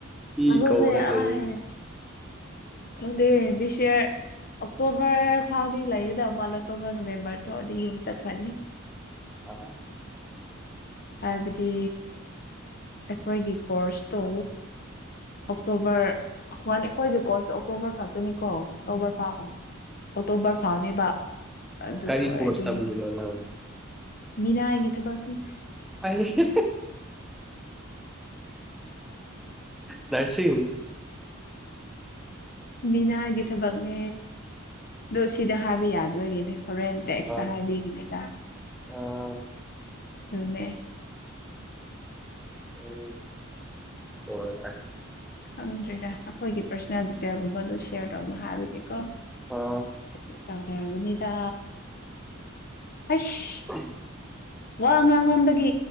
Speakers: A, in the centre; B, on the left.
A: ꯃꯤ
B: ꯑꯗꯨꯅꯦ
A: ꯀꯧ
B: ꯑꯥꯏ
A: ꯂꯩ
B: ꯈꯪꯗꯦ ꯗꯤꯁꯌꯥꯔ ꯑꯣꯛꯇꯣꯕꯔ ꯐꯥꯎꯗꯤ ꯂꯩꯒꯗꯕ ꯃꯥꯜꯂꯦ ꯑꯣꯛꯇꯣꯕꯔ ꯅꯣꯕꯦꯝꯕꯔ ꯊꯣꯑꯗꯤ ꯌꯨꯝ ꯆꯠꯈ꯭ꯔꯅꯤ
A: ꯑ
B: ꯍꯥꯏꯕꯗꯤ ꯑꯩꯈꯣꯏꯒꯤ ꯀꯣꯔꯁꯇꯣ ꯑꯣꯛꯇꯣꯕꯔ ꯑꯈꯋꯥꯅꯤ ꯑꯩꯈ‌ꯣꯏꯒꯤ ꯀꯣꯔꯁ ꯑꯣꯛꯇꯣꯕꯔ ꯈꯛꯇꯅꯤꯀꯣ ꯇꯣꯕꯔ ꯐꯥꯎ ꯑ‌ꯣ ꯑꯣꯛꯇꯣꯕꯔ ꯐꯥꯎꯅꯦꯕ ꯑꯗꯨꯒ
A: ꯑꯥ ꯀꯔꯤ
B: ꯑꯣꯏꯔꯗꯤ
A: ꯀꯣꯔꯁ ꯇꯝꯃꯤꯅꯣ ꯅꯪ
B: ꯃꯤꯅꯥꯏꯒꯤ ꯊꯕꯛꯅꯤ
A: ꯑꯥꯏꯂꯤꯁ ꯅꯔꯁꯤꯌꯨ
B: ꯃꯤꯅꯥꯒꯤ ꯊꯕꯛꯅꯦ ꯗꯨ ꯁꯤꯗ ꯍꯥꯏꯕ ꯌꯥꯗꯕꯒꯤꯅꯦ ꯍꯣꯔꯦꯟ ꯇꯦꯛꯁꯇ
A: ꯑꯥ
B: ꯍꯥꯏꯕꯤ ꯒꯤꯅ‌ꯦꯗ
A: ꯑꯥ
B: ꯗꯨꯅꯦ
A: <unintelligible> ꯑ‌ꯣꯏ ꯍꯣꯏ
B: ꯈꯪꯗ꯭ꯔ‌ꯦꯗꯥ ꯑꯈꯣꯏꯒꯤ ꯄꯥꯔꯁꯅꯦꯜ ꯗꯤꯇꯦꯜꯒꯨꯝꯕ ꯑꯗꯨ ꯁꯦꯌꯔ ꯇꯧꯒꯅꯣ ꯍꯥꯏꯕ ꯒꯤꯀ‌ꯣ
A: ꯑꯥ
B: <unintelligible> ꯇꯥꯎꯊꯔꯝ ꯕ ꯅꯤꯗ ꯑꯥꯏꯁ
A: <unintelligible>
B: ꯋꯥ ꯉꯥꯡ ꯃꯟꯕꯒꯤ